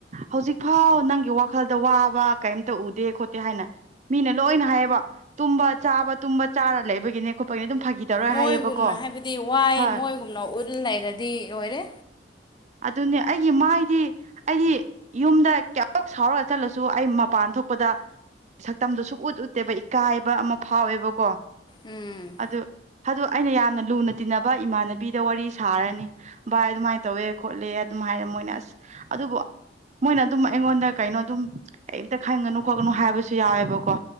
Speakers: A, on the right (about 40°); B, on the left (about 25°).
A: ꯍꯧꯖꯤꯛꯐꯥꯎ ꯅꯪꯒꯤ ꯋꯥꯈꯜꯗ ꯋꯥꯕ ꯀꯦꯝꯇ ꯎꯗꯦ <unintelligible> ꯈꯣꯠꯇꯦ ꯍꯥꯏꯅ ꯃꯤꯅ ꯂꯣꯏꯅ ꯍꯥꯏꯌꯦꯕ ꯇꯨꯝ ꯆꯥꯕ ꯇꯨꯝꯕ ꯆꯥꯔ ꯂꯩꯕꯒꯤꯅꯤ ꯈꯣꯠꯄꯒꯤꯅꯤ ꯑꯗꯨꯝ <unintelligible>
B: ꯃꯣꯏꯒꯨꯝꯅ
A: ꯍꯥꯏꯌꯦꯕꯀꯣ
B: ꯍꯥꯏꯕꯗꯤ ꯋꯥꯌꯦꯅ
A: ꯍꯣꯏ
B: ꯃꯣꯏꯒꯨꯝꯅ ꯎꯠ ꯂꯩꯔꯗꯤ ꯂꯣꯏꯔꯦ
A: ꯑꯗꯨꯅꯦ ꯑꯩꯒꯤ ꯃꯥꯏꯗꯤ ꯑꯩꯗꯤ ꯌꯨꯝꯗ ꯀꯌꯥꯝꯃꯨꯛ ꯁꯥꯎꯔ ꯆꯠꯂꯁꯨ ꯑꯩ ꯃꯄꯥꯟ ꯊꯣꯛ <unintelligible> ꯄꯗ ꯁꯛꯇꯝꯗꯨ ꯁꯨꯛ ꯎꯠ ꯎꯠꯇꯦꯕ ꯏꯀꯥꯏꯕ ꯑꯃ ꯐꯥꯎꯋꯦꯕꯀꯣ
B: ꯎꯝ
A: ꯑꯗꯨ ꯑꯗꯨ ꯑꯩꯅ ꯌꯥꯝꯅ ꯂꯨꯅ ꯇꯤꯟꯅꯕ ꯏꯃꯥꯟꯅꯕꯤꯗ ꯋꯥꯔꯤ ꯁꯥꯔꯅꯤ ꯚꯥꯏ ꯑꯗꯨꯃꯥꯏ ꯇꯧꯋꯦ ꯈꯣꯠꯂꯦ ꯑꯗꯨꯝ ꯍꯥꯏꯔꯦ ꯃꯣꯏꯅ ꯑꯁ ꯑꯗꯨꯕꯨ ꯃꯣꯏꯅ ꯑꯗꯨꯝ ꯑꯩꯉꯣꯟꯗ ꯀꯩꯅꯣ ꯑꯗꯨꯝ ꯀꯦꯝꯇ ꯈꯟꯒꯅꯨ ꯈꯣꯠꯀꯅꯨ ꯍꯥꯏꯕꯁꯨ ꯌꯥꯎꯋꯦꯕ ꯀꯣ